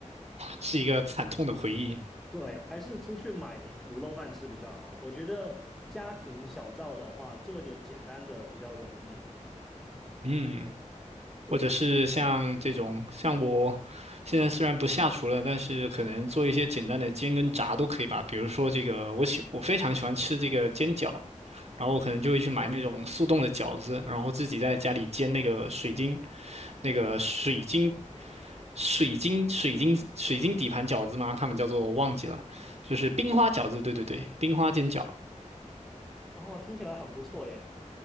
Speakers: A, on the right; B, in the centre.
A: 是一个惨痛的回忆。
B: 对，还是出去买卤肉饭吃比较好。我觉得家庭小灶的话，做一点简单的比较容易。
A: 嗯。
B: 对，
A: 或者是像这种，像我现在虽然不下厨了，但是可能做一些简单的煎跟炸都可以吧。比如说这个，我喜我非常喜欢吃这个煎饺，然后我可能就会去买那种速冻的饺子，然后自己在家里煎那个水晶，那个水晶。水晶水晶水晶底盘饺子嘛，他们叫做我忘记了，就是冰花饺子，对对对，冰花煎饺。
B: 然后听起来很不错耶，